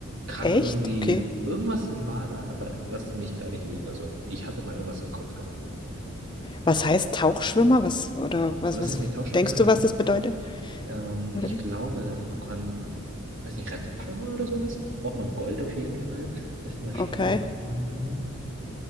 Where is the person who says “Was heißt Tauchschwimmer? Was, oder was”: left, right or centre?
Left